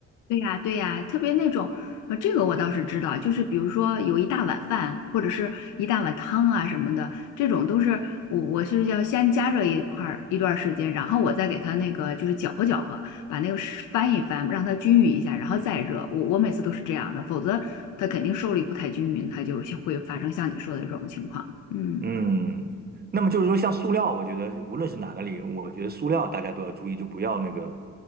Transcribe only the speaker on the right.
嗯，那么就是说，像塑料，我觉得无论是哪个领域，我觉得塑料大家都要注意，就不要那个，